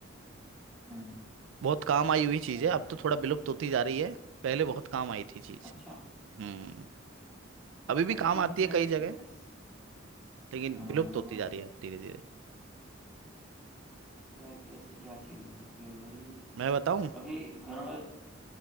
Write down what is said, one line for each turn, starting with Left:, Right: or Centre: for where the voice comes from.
Centre: हम्म
Right: बहुत काम आई हुई
Centre: चलो
Right: चीज है अब तो थोड़ा विलुप्त होती जा रही है पहले बहुत काम आई थी चीज
Centre: अच्छा
Right: हम्म अभी भी
Centre: यार
Right: काम
Centre: तीन
Right: आती
Centre: पैर
Right: है कई जगह
Centre: की ऐसी
Right: लेकिन
Centre: हाँ
Right: विलुप्त होती जा रही है अब धीरे धीरे
Centre: पैर की ऐसी क्या चीज हो सकती है भाई
Right: मैं बताऊं
Centre: अभी घर में